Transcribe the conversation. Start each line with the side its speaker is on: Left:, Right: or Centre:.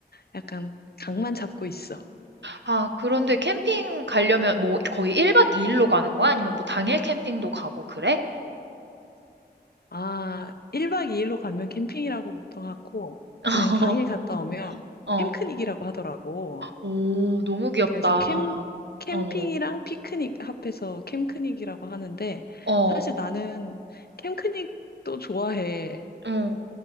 Left: 약간 강만 잡고 있어.
Right: 아, 그런데 캠핑 가려면 뭐 거의 1박 2일로 가는 거야? 아니면 뭐 당일 캠핑도 가고 그래?
Left: 아, 1박 2일로 가면 캠핑이라고 보통 하고,
Right: <laughs>
Left: 그냥 당일 갔다 오면
Right: 어.
Left: 캠크닉이라고 하더라고.
Right: 오, 너무 귀엽다.
Left: 그래서 캠, 캠핑이랑
Right: 어.
Left: 피크닉 합해서 캠크닉이라고 하는데,
Right: 어.
Left: 사실 나는 캠크닉도 좋아해.
Right: 응.